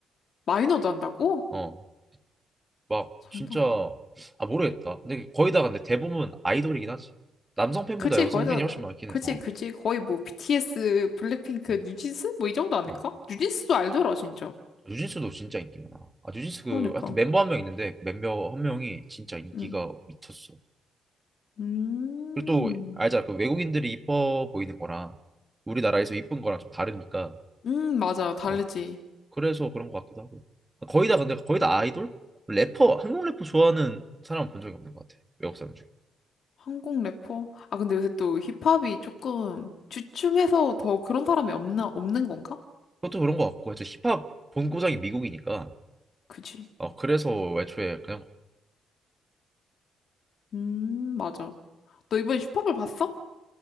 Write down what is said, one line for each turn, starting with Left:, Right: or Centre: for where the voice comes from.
Left: 마이너도 한다고?
Right: 어, 막
Left: 장난.
Right: 진짜 아 모르겠다. 근데 거의 다 근데 대부분 아이돌이긴 하지. 남성 팬보다
Left: 그치,
Right: 여성
Left: 거의
Right: 팬이
Left: 다,
Right: 훨씬 많긴
Left: 그치,
Right: 해. 어.
Left: 그치. 거의 뭐 BTS, 블랙핑크,
Right: 음,
Left: 뉴진스? 뭐 이 정도 아닐까?
Right: 어.
Left: 뉴진스도 알더라, 진짜.
Right: 뉴진스도 진짜 인기 많아. 아, 뉴진스
Left: 그러니까.
Right: 그 하여튼 멤버 한 명 있는데 멤버 한 명이 진짜 인기가
Left: 응.
Right: 미쳤어.
Left: 음.
Right: 그리고 또 알잖아 그 외국인들이 이뻐 보이는 거랑 우리나라에서 이쁜 거랑 좀 다르니까
Left: 음, 맞아. 다르지.
Right: 어 그래서 그런 것 같기도 하고 거의 다 근데 거의 다 아이돌 래퍼 한국 래퍼 좋아하는 사람은 본 적이 없는 것 같아 외국 사람 중에
Left: 한국 래퍼? 아, 근데 요새 또 힙합이 조금 주춤해서 더 그런 사람이 없나, 없는 건가?
Right: 그것도 그런 것 같고 이제 힙합 본고장이 미국이니까
Left: 그치.
Right: 어 그래서 애초에 그냥
Left: 음, 맞아. 너 이번에 힙합을 봤어?